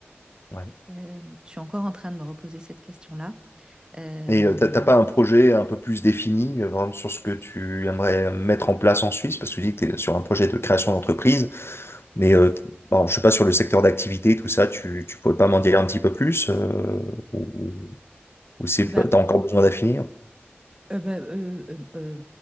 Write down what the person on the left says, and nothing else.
Ouais.
Et euh, t'as t'as pas un projet un peu plus défini euh, vraiment sur ce que tu aimerais mettre en place en Suisse? Parce que tu dis que tu es sur un projet de création d'entreprise, mais euh, t- bon, je sais pas sur le secteur d'activité, tout ça, tu, tu pourrais pas m'en dire un petit peu plus euh, ou, ou c'est,
pas- t'as encore besoin d'affinir?